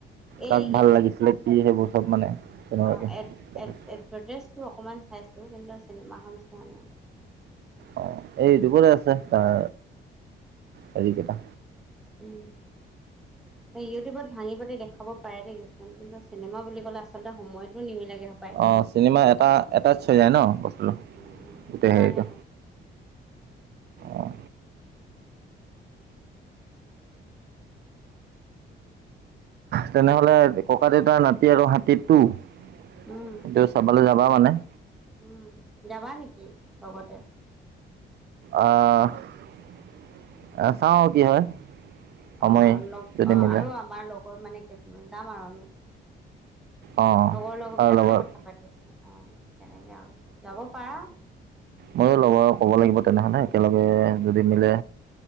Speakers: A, in the centre; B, on the right.
A: এই
B: কাক ভাল লাগিছিলে কি সেইবোৰ চব মানে তেনেকুৱাকৈ
A: অঁহ এড
B: দেখাইছে
A: এড এডভাৰটাইজটো অকণমান চাইছোঁ কিন্তু চিনেমাখন চোৱা নাই।
B: অঁ এই
A: উম,
B: দিবলে আছে তাৰ হেৰি কেইটা
A: উম ইউটিউবত ভাঙি পাতি দেখাব পাৰে দেই কিছুমান কিন্তু চিনেমা বুলি ক'লে আচলতে সময়তো নিমিলেগে হপায়।
B: অহ চিনেমা এটা এটেচ হৈ যায় ন বস্তুটো
A: উম,
B: গোটেই
A: দোকানে
B: হেৰিটো অঁ তেনেহলে ককা দেউতাৰ নাতি আৰু হাতীটো টো
A: উম,
B: সেইটো চাবলৈ যাবা মানে।
A: উম, যাবা নেকি লগতে।
B: আ-আ চাও কি হয়। সময়
A: অ, লগ
B: যদি
A: অ,
B: মিলে
A: আৰু আমাৰ লগৰ মানে যাম আৰু আমি।
B: অঁ
A: লগৰ- লগৰবিলাকতে
B: তাৰ লগত
A: কথা পাতিছো আ তেনেকে আৰু যাব পাৰা।
B: ময়ো লগৰ ক'ব লাগিব তেনেহ'লে একেলগে
A: অ',
B: যদি মিলে